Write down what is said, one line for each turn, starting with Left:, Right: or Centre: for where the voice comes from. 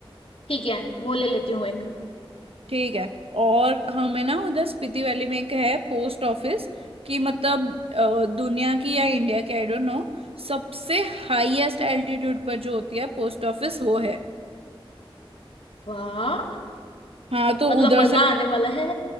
Left: ठीक है वो ले लेती हूँ एक
Right: ठीक है और हमें ना उधर स्पीति वैली में एक है पोस्ट ऑफिस कि मतलब अ, दुनिया की या इंडिया की आई डोंट नो सबसे हाईएस्ट एल्टीट्यूड पर जो होती है पोस्ट ऑफिस वो है
Left: वाह
Right: हाँ तो
Left: मतलब
Right: उधर
Left: मजा
Right: से
Left: आने वाला है